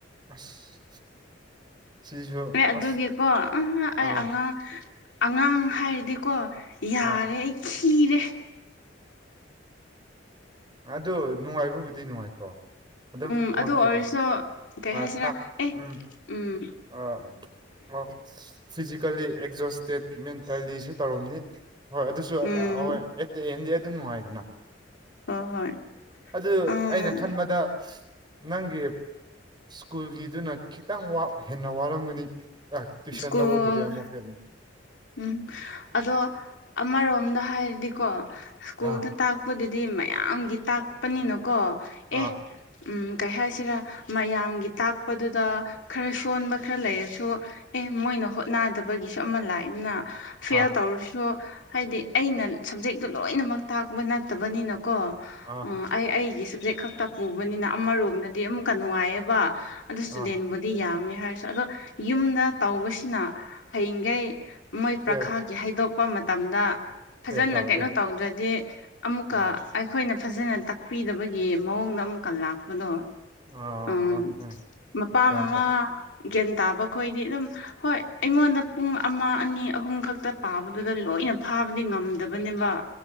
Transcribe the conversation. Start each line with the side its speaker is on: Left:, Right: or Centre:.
Right: ꯑꯁ ꯁꯤꯁꯨ
Left: ꯑꯦ
Right: ꯑꯁ
Left: ꯑꯗꯨꯒꯤꯀꯣ ꯑ ꯑꯩ
Right: ꯑꯥ
Left: ꯑꯉꯥꯡ ꯑꯉꯥꯡ ꯍꯥꯏꯔꯗꯤꯀꯣ ꯌꯥꯔꯦ
Right: ꯑꯥ
Left: ꯑꯩ ꯈꯤꯔꯦ
Right: ꯑꯗꯣ ꯅꯨꯡꯉꯥꯏꯕꯕꯨꯗꯤ ꯅꯨꯡꯉꯥꯏꯇ꯭ꯔꯣ ꯑꯗꯨꯝ
Left: ꯎꯝ ꯑꯗꯨ
Right: ꯃꯥꯔꯛꯇꯗꯤ
Left: ꯑꯣꯏꯔꯁꯨ ꯀꯩ
Right: ꯑ
Left: ꯍꯥꯏꯁꯤꯔꯥ
Right: ꯇꯥꯛ
Left: ꯑꯦ
Right: ꯎꯝ
Left: ꯎꯝ
Right: ꯑ ꯑꯣ ꯐꯤꯖꯤꯀꯦꯜꯂꯤ ꯑꯦꯛꯖꯣꯁꯇꯦꯠ ꯃꯦꯟꯇꯦꯜꯂꯤꯁꯨ ꯇꯧꯔꯝꯅꯤ ꯍꯣꯏ ꯑꯗꯨꯁꯨ
Left: ꯎꯝ
Right: ꯑꯍꯣꯏ ꯑꯦꯠ ꯗ ꯑꯦꯟꯗꯤ ꯑꯗꯨꯝ ꯅꯨꯡꯉꯥꯏꯗꯅ
Left: ꯍꯣ ꯍꯣꯏ
Right: ꯑꯗꯨ
Left: ꯎꯝ
Right: ꯑꯩꯅ ꯈꯟꯕꯗ ꯅꯪꯒꯤ ꯁ꯭ꯀꯨꯜꯒꯤꯗꯨꯅ ꯈꯤꯇꯪ ꯋꯥꯕ ꯍꯦꯟꯅ ꯋꯥꯔꯝꯒꯅꯤ ꯇꯨꯏꯁꯟ
Left: ꯁ꯭ꯀꯨꯜ
Right: ꯂꯧꯕꯥꯕꯨꯗꯤ ꯑꯃꯨꯛꯀ
Left: ꯎꯝ ꯑꯗꯣ ꯑꯃꯥꯔꯣꯝꯗ ꯍꯥꯏꯔꯥꯗꯤꯀꯣ ꯁ꯭ꯀꯨꯜꯗ
Right: ꯑꯥ
Left: ꯇꯥꯛ ꯇꯥꯛꯄꯗꯨꯗꯤ ꯃꯌꯥꯝꯒꯤ ꯇꯥꯛꯄꯅꯤꯅ ꯀꯣ
Right: ꯑꯥ
Left: ꯑꯦ ꯎꯝ ꯀꯩ ꯍꯥꯏꯁꯤꯔꯥ ꯃꯌꯥꯝꯒꯤ ꯇꯥꯛꯄꯗꯨꯗ ꯈꯔ ꯁꯣꯟꯕ ꯈꯔ ꯂꯩꯔꯁꯨ ꯑꯦ ꯃꯣꯏꯅ ꯍꯣꯠꯅꯗꯕꯒꯤꯁꯨ ꯑꯃ ꯂꯥꯛꯑꯦꯗꯅ ꯐꯦꯜ
Right: ꯑꯥ
Left: ꯇꯧꯔꯥꯁꯨ ꯍꯥꯏꯗꯤ ꯑꯩꯅ ꯁꯞꯖꯦꯛꯇꯣ ꯂꯣꯏꯅꯃꯛ ꯇꯥꯛꯄ ꯅꯠꯇꯕꯅꯤꯅꯥꯀꯣ
Right: ꯑꯥ
Left: ꯑꯩ ꯑꯩꯒꯤ ꯁꯞꯖꯦꯛ ꯈꯛꯇ ꯄꯨꯕꯅꯤꯅ ꯑꯃꯔꯣꯝꯗꯗꯤ ꯑꯃꯨꯛꯀ ꯅꯨꯡꯉꯥꯏꯑꯕ ꯑꯗꯨ ꯏꯁꯇꯨꯗꯦꯟꯕꯨ
Right: ꯑꯥ
Left: ꯗꯤ ꯌꯥꯝꯃꯦ ꯍꯥꯏꯔꯁꯨ ꯑꯗꯣ ꯌꯨꯝꯗ ꯇꯧꯕꯁꯤꯅ ꯍꯌꯦꯡꯈꯩ ꯃꯣꯏ ꯄꯔꯈ꯭ꯌꯥꯒꯤ
Right: ꯐꯦꯜ
Left: ꯍꯥꯏꯗꯣꯛꯄ ꯃꯇꯝꯗ ꯐꯖꯥꯅ
Right: ꯐꯦꯜ ꯇꯧꯔꯗꯤ
Left: ꯀꯩꯅꯣ ꯇꯧꯗ꯭ꯔꯗꯤ ꯑꯃꯨꯛꯀꯥ
Right: ꯑꯥ
Left: ꯑꯩꯈꯣꯏꯅ ꯐꯖꯥꯅ ꯇꯥꯛꯄꯤꯗꯕꯒꯤ ꯃꯑꯣꯡꯗ ꯑꯃꯨꯛꯀꯥ ꯂꯥꯛꯄꯗꯣ
Right: ꯑꯥ
Left: ꯎꯝ
Right: ꯑꯥ
Left: ꯃꯄꯥ
Right: ꯒ꯭ꯌꯥꯟ
Left: ꯃꯃꯥ
Right: ꯇꯥꯏ
Left: ꯒ꯭ꯌꯥꯟ ꯇꯥꯕ ꯈꯣꯏꯗꯤ ꯑꯗꯨꯝ ꯍꯣꯏ ꯑꯩꯉꯣꯟꯗ ꯄꯨꯡ ꯑꯃ ꯑꯅꯤ ꯑꯍꯨꯝ ꯈꯛꯇ ꯄꯥꯕꯗꯨꯗ ꯂꯣꯏꯅ ꯐꯥꯕꯗꯤ ꯉꯝꯗꯥꯕꯅꯦꯕ